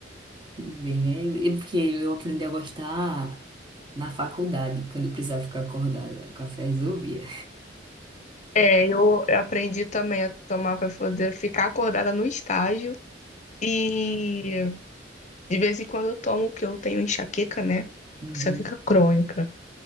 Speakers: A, on the right (about 25°); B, on the left (about 40°).
A: Tudo bem, né? É porque eu aprendi a gostar na faculdade, quando eu precisava ficar acordada, o café resolvia.
B: É, eu eu aprendi também a tomar para poder ficar acordada no estágio. E de vez em quando eu tomo, porque eu tenho enxaqueca, né?
A: Uhum.
B: Enxaqueca crônica.